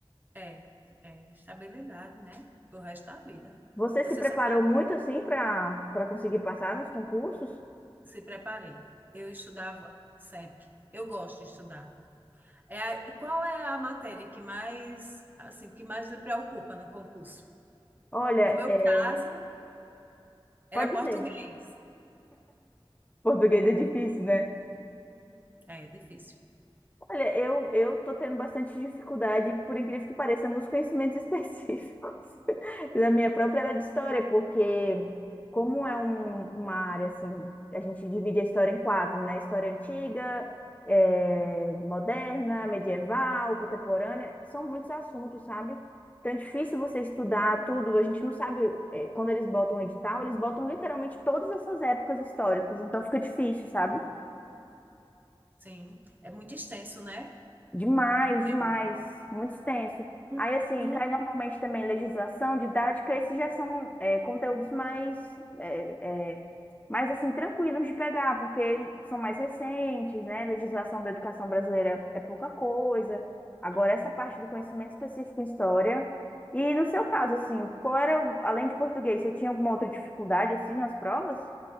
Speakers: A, on the right; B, on the left.
A: É, é estabilidade, né? Pro resto da vida.
B: Você
A: Você
B: se preparou
A: só sabe
B: muito, assim, para para conseguir passar nos concursos?
A: que se preparei. Eu estudava sempre. Eu gosto de estudar. É, a- e qual é a matéria que mais, assim, que mais lhe preocupa no concurso?
B: Olha,
A: No meu
B: é,
A: caso, era
B: pode
A: português.
B: dizer. Português é difícil, né?
A: É, difícil.
B: Olha, eu eu tô tendo bastante dificuldade, por incrível que pareça, nos conhecimentos <laughs> específicos. E da minha própria era de história, porque como é um- uma área assim, a gente divide a história em quatro, né? História antiga, eh, moderna, medieval, contemporânea, são muitos assuntos, sabe? Então é difícil você estudar tudo, a gente não sabe, eh, quando eles botam o edital, eles botam literalmente todas essas épocas históricas, então fica difícil, sabe?
A: Sim, é muito extenso, né?
B: Demais,
A: O conteúdo.
B: demais, muito extenso.
A: Um-
B: Aí, assim,
A: um-
B: cai normalmente também legislação, didática, esses já são é, conteúdos mais, é, é, mais, assim, tranquilos de pegar, porque são mais recentes, né? Legislação da educação brasileira é pouca coisa. Agora,
A: Uhum.
B: essa parte do conhecimento específico em história. E no seu caso, assim, qual era, o- além de português, você tinha alguma outra dificuldade, assim, nas provas?